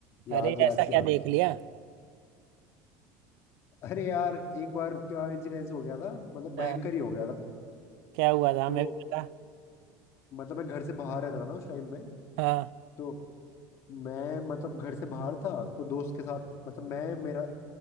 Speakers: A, on the left; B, on the right.
A: याद
B: अरे
A: याद
B: ऐसा
A: सी आ
B: क्या
A: गई
B: देख लिया
A: अरे यार एक बार क्या इंसिडेंस हो गया था मतलब
B: हाँ
A: भयंकर ही हो गया था
B: क्या हुआ था हमें
A: तो
B: भी बता
A: मतलब मैं घर से बाहर रहता था ना उस टाइम पे
B: हाँ
A: तो मैं मतलब घर से बाहर था तो दोस्त के साथ मतलब मैं मेरा